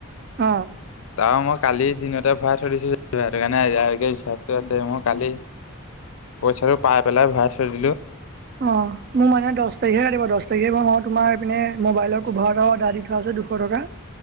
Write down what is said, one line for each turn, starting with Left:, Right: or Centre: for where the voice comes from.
Right: অ,
Left: তাৰ মই কালি দিনতে ভৰা থৰিছো কাৰণে বিশ্বাসটো আছে মই কালি পইচাটো পাই পেলাই ভৰাই থৈ দিলো।
Right: অ, মোৰ মানে দহ তাৰিখে দিব দহ তাৰিখে পৰা মই তোমাৰপিনে মোবাইলৰ কভাৰ এভাৰ এা দি থোৱা আছিল দুশ টকা।